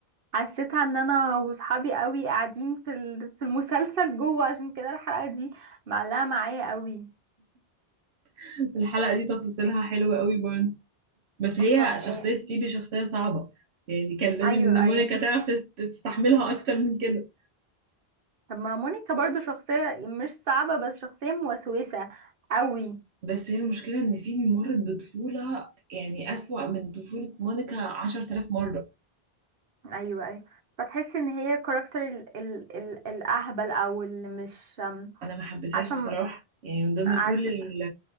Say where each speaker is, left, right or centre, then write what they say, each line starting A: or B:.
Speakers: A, on the right (about 60°); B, on the right (about 85°).
A: حسيتها ان انا وصحابي قوي قاعدين في ال- في المسلسل جوه عشان كده الحلقه دي معلقه معايا قوي
B: <laughs> الحلقة دي تفاصيلها حلوة قوي برضه بس هي
A: أم طب ايه
B: شخصية فيبي شخصية صعبة يعني كان لازم
A: ايوه
B: إن
A: ايوه
B: مونيكا تعرف تت- تستحملها أكتر من كده
A: طب ما مونيكا برضو شخصيه مش صعبه بس شخصيه موسوسه قوي
B: بس هي المشكلة إن فيبي مرت بطفولة يعني أسوأ من طفولة مونيكا عشرة آلاف مرة
A: ايوه ايوه فتحس ان هي كاركتر ال ال ال الاهبل او اللي مش أم،
B: أنا ما حبيتهاش
A: عارفه
B: بصراحة يعني من ضمن
A: عارفه
B: كل ال-